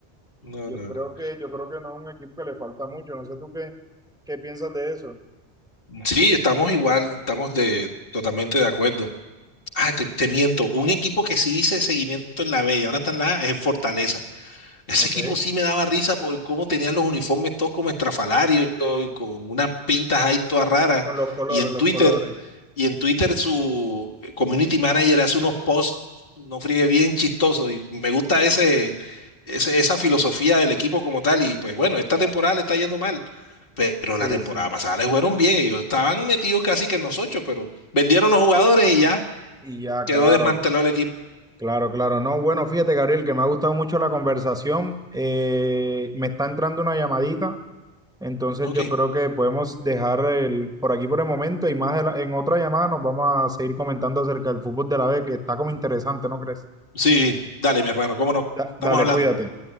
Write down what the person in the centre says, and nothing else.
Yo
creo
que, yo creo que no es un equipo que le falta mucho. No sé tú qué, qué piensas de eso.
Ok.
Con los colores,
los
colores.
Sí,
sí.
Y ya,
claro,
Claro, claro. No, bueno, fíjate, Gabriel, que me ha gustado mucho la conversación. Eh, me está entrando una llamadita, entonces
yo creo que podemos dejar el, por aquí por el momento y más de en otra llamada nos vamos a seguir comentando acerca del fútbol de la B, que está como interesante, ¿no crees?
Da-
dale,
cuídate.